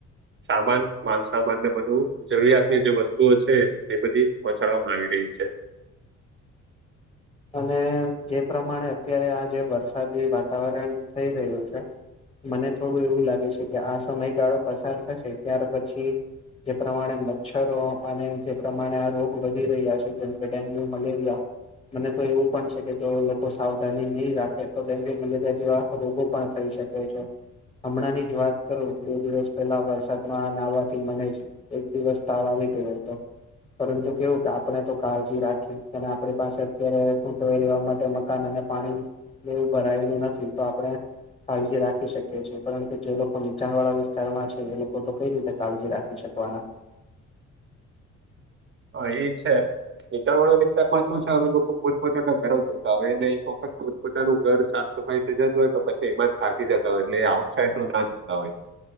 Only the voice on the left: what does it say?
અને જે પ્રમાણે અત્યારે આ જે વરસાદી વાતાવરણ થઈ રહ્યું છે. મને થોડું એવું લાગે છે કે, આ સમયગાળો પસાર થશે ત્યાર પછી, જે પ્રમાણે મચ્છરો અને જે પ્રમાણે આ રોગ વધી રહ્યા છે. જેમકે ડેન્ગ્યુ, મલેરિયા, મને તો એવું પણ છે કે, જો લોકો સાવધાની નહી રાખે. તો ડેન્ગ્યુ, મલેરિયા જેવા રોગો પણ થઈ શકે છે. હમણાંની જ વાત કરું, બે દિવસ પહેલા વરસાદ માં આ નહવાથી મને જ એક દિવસ તાવ આવી ગયો હતો. પરંતુ કેવું, કે આપણે તો કાળજી રાખી અને આપણી પાસે અત્યારે શું કહેવાય, રહેેવા માટે મકાન અને પાણીનું ભરાયેલું નથી. તો આપણે કાળજી રાખી શકે છીએ, પરંતુ જે લોકો નીચાણ વાળા વિસ્તારમાં છે, એ લોકો તો કઈ રીતે કાળજી રાખી શકવાના.